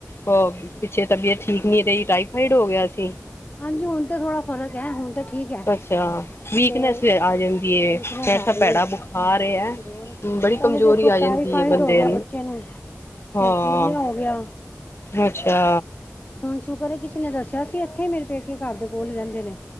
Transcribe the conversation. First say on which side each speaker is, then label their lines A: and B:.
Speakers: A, on the left (about 55°); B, on the left (about 35°).
A: ਉਹ ਪਿੱਛੇ ਤਬੀਅਤ ਠੀਕ ਨਹੀਂ ਰਹੀ ਟਾਈਫਾਈਡ ਹੋ ਗਿਆ ਸੀ।
B: ਹਾਂਜੀ ਹੁਣ ਤਾਂ ਥੋੜਾ ਫ਼ਰਕ ਐ ਹੁਣ ਤਾਂ ਠੀਕ ਐ
A: ਅੱਛਾ ਵੀਕਨੈਸ
B: ਤੇ ਅ
A: ਆ ਜਾਂਦੀ ਹੈ
B: ਵਿਕਨੇਸ
A: ਐਸਾ
B: ਅ ਗਏ
A: ਭੈੜਾ
B: ਏ
A: ਬੁਖਾਰ ਹੈ
B: ਹੋਰ ਪਹਿਲੇ
A: ਬੜੀ ਕਮਜ਼ੋਰੀ
B: ਦੇਖੋ
A: ਆ
B: ਟਾਈਫਾਈਡ
A: ਜਾਂਦੀ ਹੈ ਬੰਦੇ
B: ਹੋ ਗਿਆ ਬੱਚੇ ਬੱਚਿਆਂ ਨੂੰ ਫੇਰ
A: ਹਾਂ
B: ਪਿਲਿਆ ਹੋ ਗਿਆ।
A: ਅੱਛਾ।
B: ਹੁਣ ਸ਼ੁਕਰ ਐ ਕਿਸੇ ਨੇ ਦੱਸਿਆ ਸੀ ਇੱਥੇ ਹੀ ਮੇਰੇ ਪੇਕੇ ਘਰ ਦੇ ਕੋਲ ਈ ਰਹਿੰਦੇ ਨੇ।